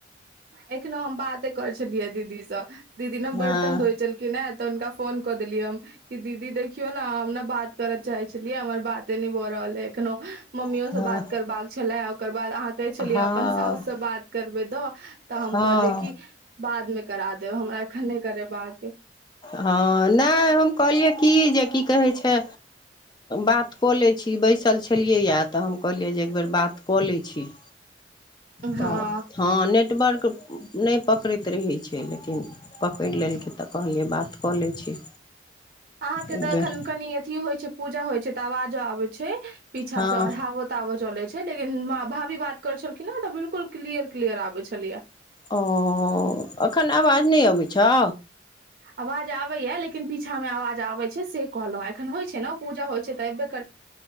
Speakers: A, on the right; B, on the left.
A: एखनो हम बाते करे छलियैये दीदी स दीदी ने
B: हँ
A: बर्तन धोअइ छलखिने त हुनका फोन क देलियै हम कि दीदी देखियौ न हम न बात कर चाहै छलियैयै हमर बातै नै भ रहल अइ एखनो मम्मीयो
B: हँ
A: स बात करबाक छले ओकर बाद अहाँ कहै छलिये
B: हँ
A: अपन साउस से बात करबै द त हम
B: हँ
A: कहलियै कि बाद मे करा देब हमरा एखन नै करेबाक अइ।
B: हॅं, नै हम कहलियै की जे की कहै छै बात क लै छी बेसल छलियैये त हम कहलियै जे एक बेर बात क लै छी।
A: हँ
B: त हं नेटवर्क नै पकड़ैत रहै छै लेकिन पकड़ि लेलकै त कहलियै बात कऽ लै छी।
A: अहाँ के
B: एक
A: त एखन
B: बेर
A: कनी अथी होइ छै पूजा होइ छै त आवाजो आबे छै पीछा
B: हँ
A: स आर हावो ताबा चलै छै लेकिन भाभी बात करै छलखिन हैं त बिल्कुल क्लियर क्लियर आबे छलैयै।
B: ओ अखन आवाज नै अबै छौ?
A: आवाज आबैया लेकिन पीछा मे आवाज आबै छै से कहलौं हैं ऐखन होइ छै ने ओ पूजा होइ छै त एबे कर